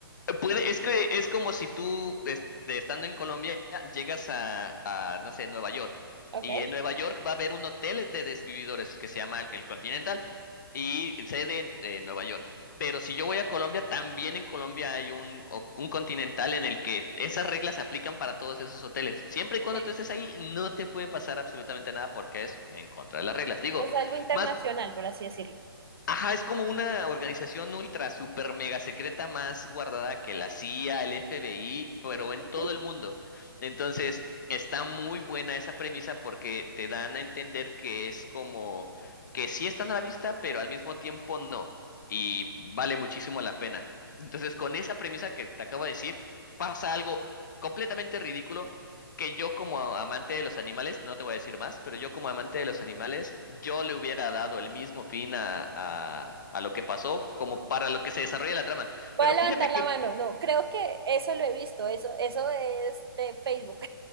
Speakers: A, on the left; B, on the right.
A: Puede, es que es como si tú, es- de estando en Colombia, llegas a, a, no sé, Nueva York.
B: Ok.
A: Y en Nueva York va a haber un hotel de desvividores que se llama El Continental y sede de Nueva York. Pero si yo voy a Colombia, también en Colombia hay un, o- un Continental en el que esas reglas se aplican para todos esos hoteles. Siempre
B: Ok.
A: y cuando tú estés ahí, no te puede pasar absolutamente nada porque es en contra de las reglas. Digo,
B: Es algo internacional,
A: más,
B: por así decirlo.
A: Ajá, es como una organización ultra, super, mega secreta más guardada que la CIA, el FBI, pero
B: <laughs>
A: en todo el mundo. Entonces, está muy buena esa premisa porque te dan a entender que es como que sí están a la vista, pero al mismo tiempo no. Y vale muchísimo la pena. Entonces, con esa premisa que te acabo de decir, pasa algo completamente ridículo que yo como amante de los animales, no te voy a decir más, pero yo como amante de los animales, yo le hubiera dado el mismo fin a, a, a lo que pasó como para lo que se desarrolla la trama.
B: Voy
A: Pero
B: a levantar
A: fíjate que
B: la mano. No, creo que eso lo he visto. Eso, eso es de Facebook.